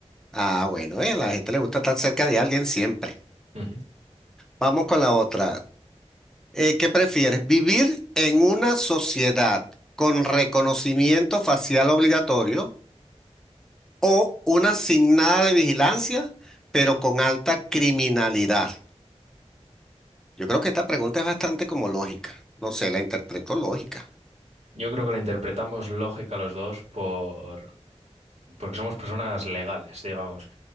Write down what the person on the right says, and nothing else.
Ujú.
Yo creo que la interpretamos lógica los dos por, porque somos personas legales, digamos.